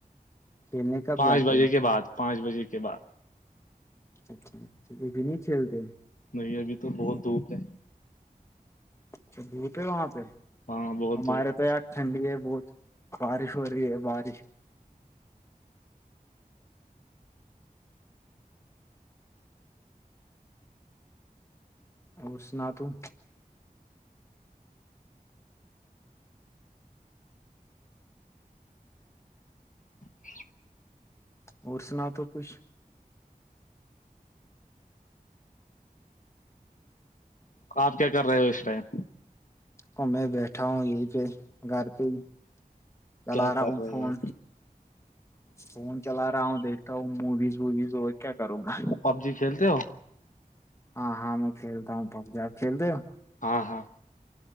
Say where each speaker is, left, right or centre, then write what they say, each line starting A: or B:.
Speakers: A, on the left; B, on the left.
A: کھیلنے کب
B: پانچ
A: جاتے
B: بجے
A: ہو
B: کے بعد پانچ بجے کے بعد
A: اچھاھ ا بھی نہیں چھیتے ہیں
B: نہیں ابھی تو بہت دھوپ ہے
A: اچھا دھوپ ہے وہاں پہ
B: ہاں بہت
A: ہمارے
B: دھوپ
A: تو یار ٹھنڈی ہے بہت بارش ہو رہی ہے باریش اور سنا توں
B: السلام علیکم محترم بھائی جان آپ کو بھی مبارک
A: اور سنا تو کچھ
B: آپ کیا کر رہے ہو اس ٹائم
A: اور میں بیٹھا ہوں یہیں پہ گھر پہ ہی چلا
B: کیا
A: رہا
B: کر
A: ہوں
B: رہے
A: فون
B: ہو
A: فون چلا رہا ہوں دیکھتا ہوں موویز ووویز اور کیا کروں گا
B: آپ پب جی کھیلتے ہو
A: ہاں ہاں میں کھیلتا ہوں پب ج آپ کھیلتے ہو
B: ہاں ہاں